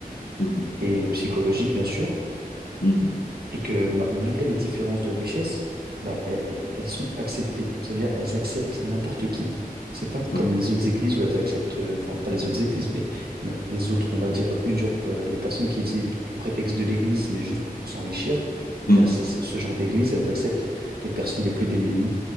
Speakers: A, on the left; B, on the right.
A: Mhm,
B: et psychologique, bien sûr,
A: mhm,
B: et que ma- malgré les différences de richesse, bah, elles, elles- elles sont acceptées. Ça veut dire elles acceptent n'importe qui. C'est pas
A: mhm,
B: comme les autres églises où elles acceptent, euh, enfin pas les autres églises, mais, mais les autres, on va dire, usurpent euh, les personnes qui utilisent le prétexte de l'église, mais juste pour s'enrichir. Eh
A: mhm,
B: bien, c'est
A: mhm,
B: ce ce genre d'église, elles acceptent les personnes les plus démunies